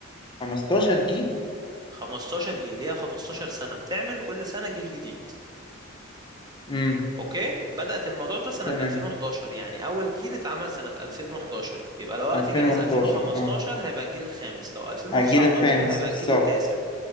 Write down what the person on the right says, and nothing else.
15 جيل ليها 15 سنة بتعمل كل سنة جيل جديد
اوكي بدأت الموضوع ده سنة
2011 يعني اول جيل اتعمل سنة 2011 يبقى لو وقت
جهاز 2015
هيبقى الجيل الخامس لو 2019
هيبقى
الجيل التاسع